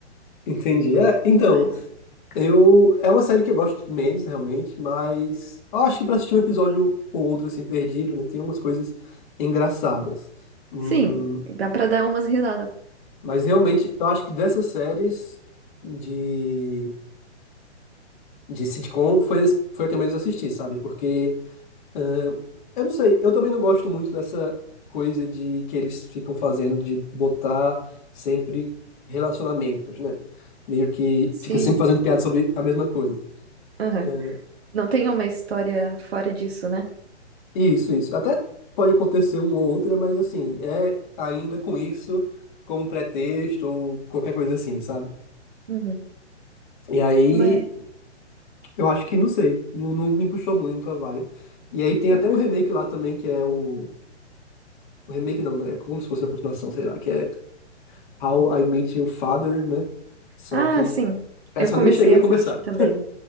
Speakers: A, on the left (about 45°); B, on the right (about 60°).
A: Entendi. É, então,
B: demais.
A: eu. É uma série que eu gosto menos, realmente, mas eu acho que pra assistir um episódio ou outro, assim, perdido, né? Tem umas coisas engraçadas. Hum,
B: Sim, dá pra dar umas risadas.
A: mas realmente, eu acho que dessas séries de, de sitcom foi, foi a que eu menos assisti, sabe? Porque. É, eu não sei, eu também não gosto muito dessa coisa de que eles ficam fazendo de botar sempre relacionamentos, né? Meio que
B: Sim,
A: fica sempre fazendo piada sobre a mesma coisa.
B: aham.
A: É,
B: Não tem uma história fora disso, né?
A: isso, isso. Até pode acontecer uma ou outra, mas assim, é ainda com isso como pretexto ou qualquer coisa assim, sabe?
B: Uhum.
A: E aí,
B: Mas...
A: eu acho que, não sei, não, não me puxou muito a vibe. E aí tem
B: né?
A: até um remake lá também, que é o... o remake não, né? É Como se fosse uma continuação, sei lá, que é How I Met Your Father, né? Só
B: Ah,
A: que.
B: sim.
A: Essa
B: Eu comecei
A: eu nem cheguei
B: a
A: a
B: assistir
A: começar.
B: também.